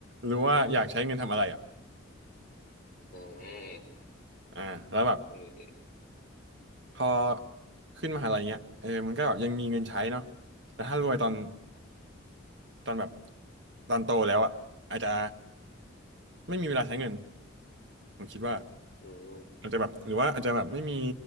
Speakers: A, on the right (about 60°); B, on the left (about 45°).
A: รู้ว่าอยากใช้เงินทำอะไรอ่ะ
B: อืม
A: อ่าแล้วแบบ
B: อืม
A: พอขึ้นมหาลัยเงี้ยเออมันก็แบบยังมีเงินใช้เนาะแต่ถ้ารวยตอนตอนแบบตอนโตแล้วอ่ะอาจจะไม่มีเวลาใช้เงินผมคิดว่า
B: อืม
A: อาจจะแบบหรือว่าอาจจะแบบไม่มี